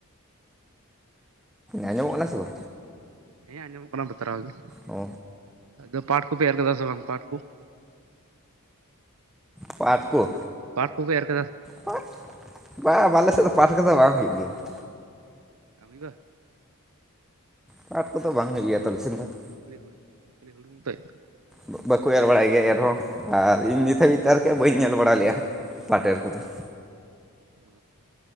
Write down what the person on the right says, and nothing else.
ᱦᱮᱸ ᱟᱸᱡᱚᱢᱚᱜ ᱠᱟᱱᱟ ᱵᱟᱛᱨᱟᱣ ᱜᱮ ᱾
ᱟᱫᱚ ᱯᱟᱴ ᱠᱚᱯᱮ ᱮᱨ ᱠᱟᱫᱟ ᱥᱮ ᱵᱟᱝ ᱯᱟᱴ ᱠᱚ?
ᱯᱟᱴᱷ ᱠᱚᱯᱮ ᱮᱨ ᱠᱟᱫᱟ ᱥᱮ?
ᱵᱟᱝ ᱦᱩᱭᱩᱜᱼᱟ ᱾
ᱠᱷᱟᱞᱤ ᱦᱩᱲ ᱠᱷᱟᱞᱤ ᱦᱩᱲᱩ ᱛᱮᱜ ᱾
ᱚ